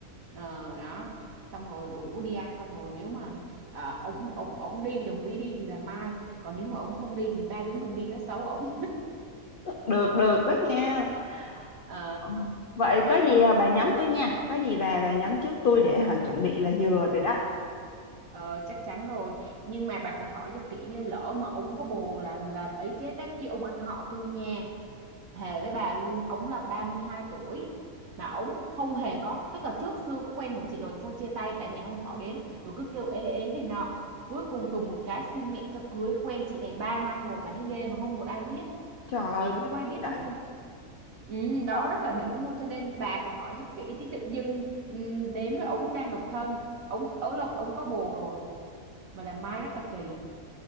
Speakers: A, on the right; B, on the left.
A: ờ đó xong rồi rủ đi ăn xong rồi nếu mà à, ổng ổng ổng đi đồng ý đi thì là mai còn nếu mà ổng không đi thì ba đứa mình đi nói xấu ổng
B: được được đó nha
A: <laughs> ờ
B: Ừ. Vậy có gì à, bà nhắm tôi nha Có gì bà bà nhắm trước tôi để họ chuẩn bị là vừa rồi đó
A: Ờ, chắc chắn rồi nhưng mà bà phải hỏi cho kỹ nha lỡ mà ổng có bồ làm làm ấy chết á chứ ông anh họ tôi nha thề với bà luôn ổng là 32 tuổi mà ổng không hề có tức là trước xưa có quen một chị rồi sau chia tay cả nhà không hỏi đến rồi cứ kêu ế ế này nọ cuối cùng đùng một cái xin mẹ cho cưới quen chị này 3 năm rồi bà thấy ghê mà không một ai biết
B: Trời ơi
A: nhà
B: ghê
A: không ai
B: dữ
A: biết
B: vậy
A: luôn ừ,
B: Ờ,
A: đó rất là đỉnh luôn cho nên bà phải hỏi cho kỹ chứ tự dưng ừ, đến với ổng đang độc thân ổng ổng là- ổng có bồ rồi mà làm mai rất là kỳ